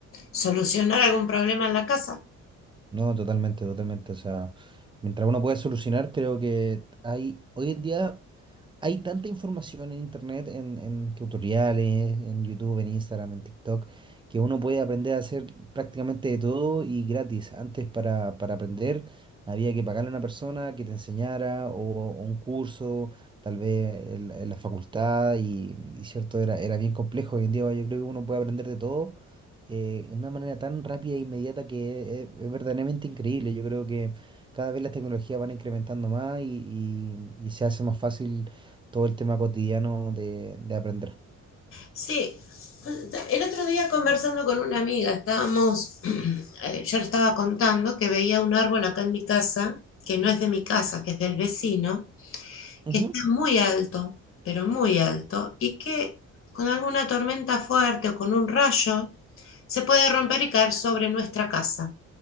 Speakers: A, on the left; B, on the right.
A: solucionar algún problema en la casa.
B: No, totalmente, totalmente. O sea, mientras uno pueda solucionar, creo que hay hoy en día. Hay tanta información en internet, en, en tutoriales, en YouTube, en Instagram, en TikTok, que uno puede aprender a hacer prácticamente de todo y gratis. Antes para, para aprender había que pagarle a una persona que te enseñara o, o un curso, tal vez en, la en la facultad y, y cierto, era, era bien complejo. Hoy en día yo creo que uno puede aprender de todo eh, de una manera tan rápida e inmediata que es, es verdaderamente increíble. Yo creo que cada vez las tecnologías van incrementando más y y- y se hace más fácil todo el tema cotidiano de, de aprender.
A: Sí, pues, el otro día conversando con una amiga, estábamos, <clears throat> eh, yo le estaba contando que veía un árbol acá en mi casa, que no es de mi casa, que es del vecino,
B: Ujú.
A: que está muy alto, pero muy alto, y que con alguna tormenta fuerte o con un rayo se puede romper y caer sobre nuestra casa,